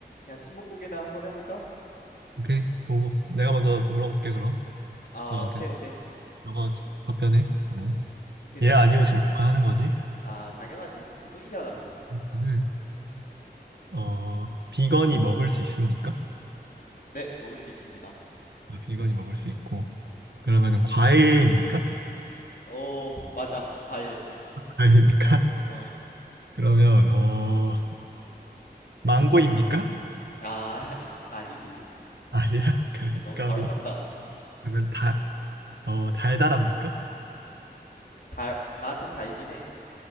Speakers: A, on the left (about 60°); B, on the right (about 80°).
A: 야, 스무고개나 한번 해볼까?
B: 오케이, 보고. 내가 먼저 물어볼게, 그럼.
A: 아,
B: 너한테.
A: 오케이, 오케이.
B: 너가 답변해. 어.
A: 오케이, 너.
B: 예, 음. 아니요 질문만 하는 거지.
A: 아, 당연하지. 기본이잖아, 그건.
B: 그러면은,
A: 어.
B: 어, 비건이 먹을 수 있습니까?
A: 네, 먹을 수 있습니다.
B: 어, 비건이 먹을 수 있고. 그러면은 과일입니까?
A: 오, 맞아. 과일.
B: 과일입니까? <laughs>
A: 어.
B: 그러면, 어, 망고입니까?
A: 아, <laughs> 이씨, 아니지.
B: 아니야. <laughs> 그래,
A: 너무
B: 까비.
A: 바로 간다.
B: 그러면 달, 어, 달달합니까?
A: 다, 나한텐 다 이긴 해.